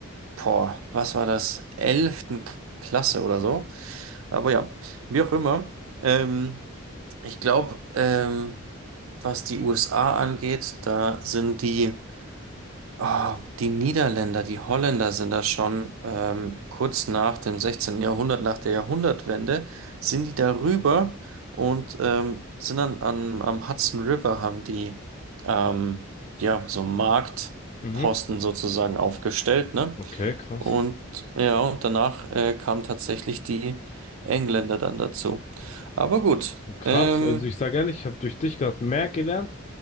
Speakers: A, on the right; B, on the left.
A: boah, was war das, elften Klasse oder so. Aber ja, wie auch immer. Ähm, ich glaube, ähm, was die USA angeht, da sind die. Ah, die Niederländer, die Holländer sind da schon ähm, kurz nach dem 16. Jahrhundert, nach der Jahrhundertwende, sind die darüber und ähm, sind dann an, am Hudson River, haben die ähm, ja so Marktposten
B: Mhm.
A: sozusagen aufgestellt, ne?
B: Okay, krass.
A: Und ja, und danach äh, kamen tatsächlich die Engländer dann dazu. Aber gut,
B: Krass.
A: ähm,
B: Also ich sage ehrlich, ich habe durch dich gerade mehr gelernt